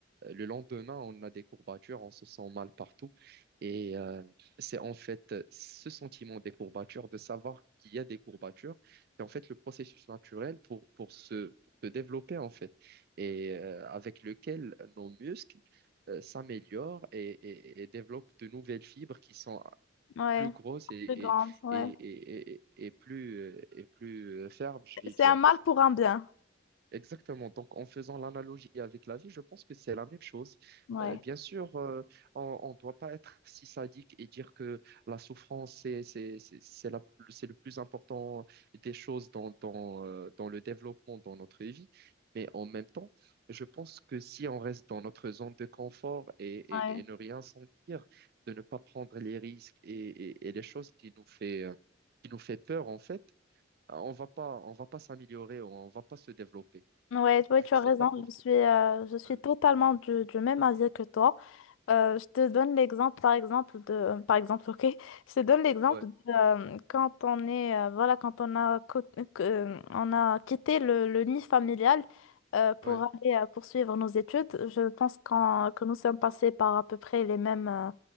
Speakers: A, on the right (about 50°); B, on the left (about 75°).
A: euh, le lendemain, on a des courbatures, on se sent mal partout. Et euh, c'est en fait euh, ce sentiment des courbatures, de savoir qu'il y a des courbatures, c'est en fait le processus naturel pour, pour se, pour se développer, en fait, et euh, avec lequel nos muscles euh, s'améliore et, et- et développe de nouvelles fibres qui sont
B: Ouais,
A: plus grosse et,
B: plus
A: et,
B: grande, ouais.
A: et, et, et- et plus, euh, et plus euh, ferme, je vais
B: C'est
A: dire.
B: un mal pour un bien.
A: Exactement. Donc, en faisant l'analogie avec la vie, je pense que c'est la même chose.
B: Ouais,
A: Euh, bien sûr, euh, on ne doit pas être si sadique et dire que la souffrance, c'est, c'est, c'est, c'est la- c'est le plus important des choses dans, dans, euh, dans le développement, dans notre vie. Mais en même temps, je pense que si on reste dans notre zone de confort et,
B: Ouais.
A: et- et ne rien sentir, de ne pas prendre les risques et, et- et les choses qui nous fait, euh, qui nous fait peur, en fait, on va pas, on va pas s'améliorer, on va pas se développer.
B: ouais, ouais,
A: Je
B: tu as
A: sais
B: raison.
A: pas pour
B: Je
A: toi.
B: suis, euh, je suis
A: euh,
B: totalement du, du même avis que toi. Euh, je te donne l'exemple, par exemple, de, par exemple, ok, je te donne l'exemple
A: Ouais,
B: de, euh, quand on est, euh, voilà, quand on a, co- que- euh, on a quitté le, le nid familial euh, pour
A: ouais,
B: aller euh, poursuivre nos études, je pense qu'en- que nous sommes passés par à peu près les mêmes, euh,